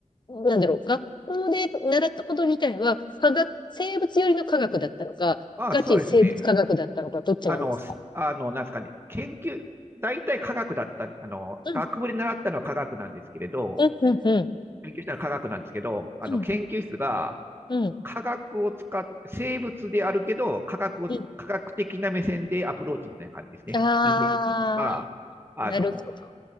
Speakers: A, on the left (about 35°); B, on the right (about 20°).
A: なんだろう、学校で習ったこと自体は、科学、生物寄りの科学だったのか、
B: ああ、
A: ガチ生物科学だったのか、
B: そうですね。
A: どっちなんですか
B: あの、すあの、なんですかね、研究、大体科学だった、あの、
A: うん、
B: 学部で習ったのは科学なんですけれど、
A: うん、うん、うん、
B: 勉強したのは科学なんですけど、あの、
A: うん、
B: 研究室が
A: うん、
B: 科学を使って、生物であるけど、科学を、
A: うん。
B: 科学的な目線でアプローチみたいな感じですね。
A: あ
B: 遺伝とか、あの、
A: ー、なるほど。